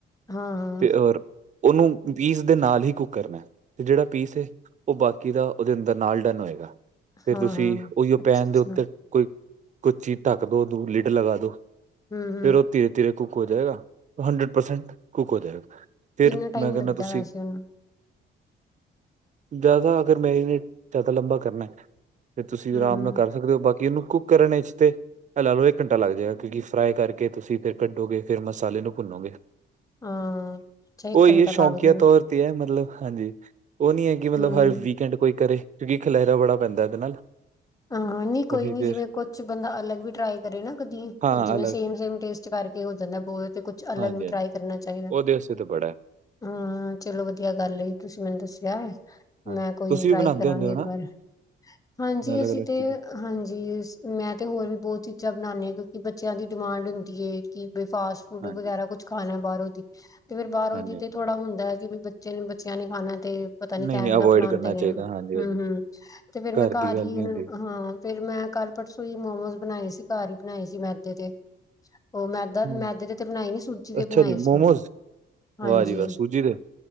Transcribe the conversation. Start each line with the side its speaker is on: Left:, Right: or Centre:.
Left: ਹਾਂ-ਹਾਂ,
Right: ਤੇ ਔਰ ਉਹਨੂੰ ਪੀਸ ਦੇ ਨਾਲ ਹੀ ਕੁੱਕ ਕਰਨਾ, ਤੇ ਜੇੜਾ ਪੀਸ ਏ ਉਹ ਬਾਕੀ ਦਾ ਉਹਦੇ ਅੰਦਰ ਨਾਲ ਡਨ ਹੋਏਗਾ, ਫੇਰ
Left: ਹਾਂ-ਹਾਂ।
Right: ਤੁਸੀਂ ਉਹੀਓ
Left: ਅੱਛਾ-ਅੱਛਾ,
Right: ਪੈਨ ਦੇ ਉੱਤੇ ਕੋਈ ਕੁਛ ਚੀਜ਼ ਢੱਕ ਦੋ, ਦੂੰ ਲਿਡ ਲਗਾ ਦੋ,
Left: ਹੂੰ-ਹੂੰ,
Right: ਫੇਰ ਉਹ ਧੀਰੇ ਧੀਰੇ ਕੁੱਕ ਹੋ ਜਾਏਗਾ ਹੰਡਰਡ ਪਰਸੈਂਟ ਕੁਕ ਹੋ ਜਾਏਗਾ, ਫੇਰ
Left: ਕਿੰਨਾ ਟਾਈਮ
Right: ਮੈਂ ਕਹਿੰਦਾ
Left: ਲੱਗਦਾ
Right: ਤੁਸੀਂ
Left: ਵੈਸੇ ਉਹਨੂੰ
Right: ਜ਼ਾਦਾ ਅਗਰ ਮੈਰੀਨੇਟ ਜ਼ਾਦਾ ਲੰਬਾ ਕਰਨਾ, ਤੇ ਤੁਸੀਂ
Left: ਹੂੰ-ਹੂੰ,
Right: ਆਰਾਮ ਨਾਲ ਕਰ ਸਕਦੇ ਹੋ ਬਾਕੀ ਇਹਨੂੰ ਕੁ ਕੁਕ ਕਰਨ ਵਿੱਚ ਤੇ, ਲਾ ਲਓ ਇੱਕ ਘੰਟਾ ਲੱਗ ਜਾਏਗਾ, ਕਿਉਂਕਿ ਫਰਾਈ ਕਰਕੇ ਤੁਸੀਂ ਫਿਰ ਕੱਢੋਗੇ ਫੇਰ ਮਸਾਲੇ ਨੂੰ ਭੁੰਨੋਗੇ,
Left: ਹਾਂ। ਅੱਛਾ, ਇੱਕ
Right: ਉਹੀਏ
Left: ਘੰਟਾ
Right: ਸ਼ੌਂਕੀਆਂ
Left: ਲੱਗ ਜੇਗਾ,
Right: ਤੌਰ ਤੇ ਹੈ ਮਤਲਬ ਹਾਂਜੀ, ਉਹ ਨੀ ਹੈ ਕਿ ਮਤਲਬ
Left: ਹੂੰ।
Right: ਹਰ ਵੀਕਐਂਡ ਕੋਈ ਕਰੇ ਕਿਉਂਕਿ ਖਿਲੈਰਾ ਬੜਾ ਪੈਂਦਾ ਐਹਦੇ ਨਾਲ
Left: ਹਾਂ ਨਹੀਂ ਕੋਈ
Right: ਉਹੀ
Left: ਨੀ
Right: ਫਿਰ
Left: ਜਿਵੇਂ ਕੁਛ ਬੰਦਾ ਅਲੱਗ ਵੀ ਟਰਾਈ ਕਰੇ ਨਾ ਕਦੀ,
Right: ਹਾਂ
Left: ਜਿਵੇਂ
Right: ਅਲੱਗ
Left: ਸੇਮ -ਸੇਮ ਟੇਸਟ ਕਰਕੇ ਹੋ ਜਾਂਦਾ ਬੋਹ ਤੇ ਕੁਛ ਅਲੱਗ
Right: ਹਾਂਜੀ
Left: ਵੀ
Right: ਹਾਂਜੀ
Left: ਟਰਾਈ ਕਰਨਾ ਚਾਈਦਾ।
Right: ਉਹਦੇ ਵਾਸਤੇ ਤਾਂ ਬੜਾ ਹੈ।
Left: ਹਂ, ਚਲੋ ਵਧੀਆ ਗੱਲ ਏ ਤੁਸੀਂ ਮੈਨੂੰ ਦੱਸਿਆ ਐ।
Right: ਹਾਂ
Left: ਮੈਂ ਕੋਈ
Right: ਤੁਸੀਂ
Left: ਨੀਂ ਟਰਾਈ
Right: ਵੀ ਬਣਾਉਂਦੇ
Left: ਕਰਾਂਗੀ
Right: ਹੁੰਦੇ ਹੋ
Left: ਇੱਕ
Right: ਨਾ
Left: ਬਾਰ ਹਾਂਜੀ
Right: ਅਲੱਗ
Left: ਅ
Right: ਅਲੱਗ ਚੀਜ਼ਾਂ
Left: ਹਾਂਜੀ, ਸ ਮੈਂ ਤੇ ਹੋਰ ਵੀ ਬੋਤ ਚੀਜ਼ਾਂ ਬਣਾਣੀ ਆਂ ਕਿਉਂਕਿ ਬੱਚਿਆਂ ਦੀ ਡਿਮਾਂਡ ਹੁੰਦੀ ਐ ਕਿ ਬਈ ਫਾਸਟ ਫੂਡ ਵਗੈਰਾ
Right: ਹਾਂਜੀ
Left: ਕੁਛ ਖਾਣਾ ਬਾਰੋਂ ਦੀ ਤੇ ਫਿਰ ਬਾਰੋਂ
Right: ਹਾਂਜੀ
Left: ਦੀ
Right: ਹਾਂਜੀ।
Left: ਤੇ ਥੋੜਾ ਹੁੰਦਾ ਐ ਕਿ ਬਚ ਫਿਰ ਬੱਚਿਆਂ ਨੇ ਖਾਣਾ ਤੇ ਪਤਾ ਨੀਂ
Right: ਨਹੀਂ
Left: ਕੈਵੇਂ
Right: ਨਹੀਂ ਅਵੋਇਡ
Left: ਦਾ ਬਣਾਂਦੇ
Right: ਕਰਨਾ
Left: ਨੇ।
Right: ਚਾਹੀਦਾ ਹਾਂਜੀ
Left: ਹਂ,
Right: ਹਾਂਜੀ
Left: ਹਂ ਤੇ ਫੇਰ ਮੈਂ
Right: ਦੀ
Left: ਘਰ
Right: ਗੱਲ
Left: ਈ
Right: ਨੀ ਹੁੰਦੀ।
Left: ਹਾਂ, ਫੇਰ ਮੈਂ ਕੱਲ ਪਰਸੂ ਈ ਮੋਮੋਸ ਬਣਾਏ ਸੀ, ਘਰ ਈ ਬਣਾਏ ਸੀ ਮੈਦੇ ਦੇ। ਓ ਮੈਦਾ
Right: ਹੂੰ
Left: ਮੈਦੇ ਦੇ ਤੇ ਬਣਾਏ ਨੀਂ, ਸੂਜੀ ਦੇ
Right: ਅੱਛਾ
Left: ਬਣਾਏ
Right: ਜੀ ਮੋਮੋਸ
Left: ਸੀ। ਹਾਂਜੀ।
Right: ਵਾਹ ਜੀ ਵਾਹ ਸੂਜੀ ਦੇ